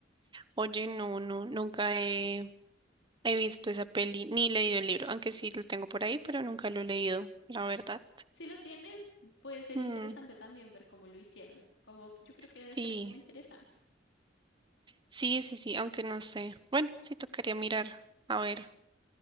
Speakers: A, on the right; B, on the left.
A: Oye, no, no, nunca he, he visto esa peli ni leído el libro, aunque sí lo tengo por ahí, pero nunca lo he leído, la verdad.
B: Si lo tienes, puede ser
A: Mm,
B: interesante también ver cómo lo hicieron. Como yo creo que debe
A: sí,
B: ser como interesante.
A: sí, sí, sí, aunque no sé. Bueno, sí tocaría mirar. A ver,